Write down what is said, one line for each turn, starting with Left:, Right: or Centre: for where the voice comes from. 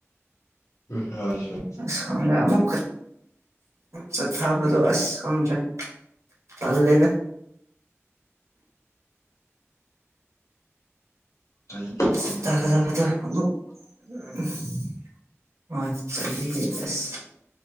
Left: <unintelligible>
Right: ꯑ ꯈꯪꯗꯦ ꯑꯃꯨꯛꯀ ꯆꯠꯊꯕꯗꯣ ꯑꯁ ꯈꯪꯗ꯭ꯔꯦ ꯇꯜꯂꯦꯗ
Left: ꯆꯍꯤꯗꯤ
Right: <unintelligible>
Left: ꯃꯥꯡꯍꯟꯒꯅꯨꯍꯦ
Right: ꯇꯥꯒꯗꯕꯗꯣ <unintelligible> ꯆꯍꯤꯒꯤ ꯑꯁ